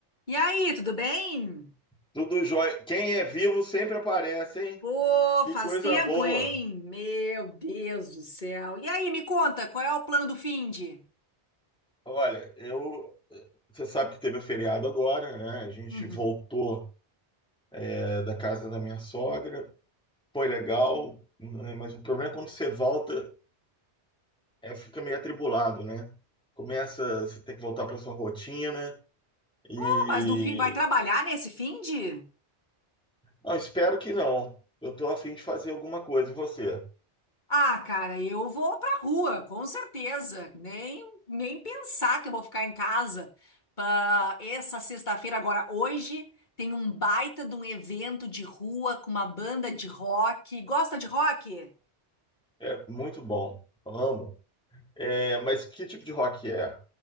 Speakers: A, on the left (about 40°); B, in the centre.
A: E aí, tudo bem?
B: Tudo jóia. Quem é vivo sempre aparece, hein?
A: Pô,
B: Que
A: faz
B: coisa
A: tempo,
B: boa.
A: hein? Meu Deus do céu. E aí, me conta, qual é o plano do finde?
B: Olha, eu, você sabe que teve o feriado agora, né? A gente
A: Uhum.
B: voltou é, da casa da minha sogra, foi legal, né? mas o problema é quando você volta é fica meio atribulado, né? Começa, você tem que voltar para sua rotina e
A: Pô, mas no fim, vai trabalhar nesse finde?
B: não, espero que não. Eu tô a fim de fazer alguma coisa e você.
A: Ah, cara, eu vou pra rua, com certeza. Nem, nem pensar que eu vou ficar em casa. Pra essa sexta-feira, agora, hoje, tem um baita de um evento de rua com uma banda de rock. Gosta de rock?
B: É muito bom. Amo. É, mas que tipo de rock é?